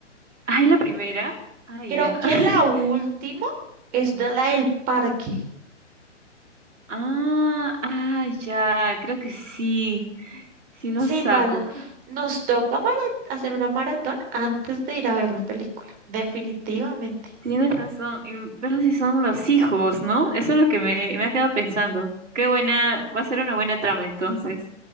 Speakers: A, on the right; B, on the right.
A: Ay, la primera. Ay,
B: Creo
A: ya.
B: que
A: <laughs>
B: la última es de la del parque.
A: Ah, ah, ya. Creo que sí. Sí lo
B: Sí,
A: saco.
B: mal, nos toca mara- hacer una maratón antes de ir a ver la película, definitivamente.
A: Tienes razón. y- Pero si son los hijos, ¿no? Eso es lo que me, me ha quedado pensando. Qué buena. Va a ser una buena trama entonces.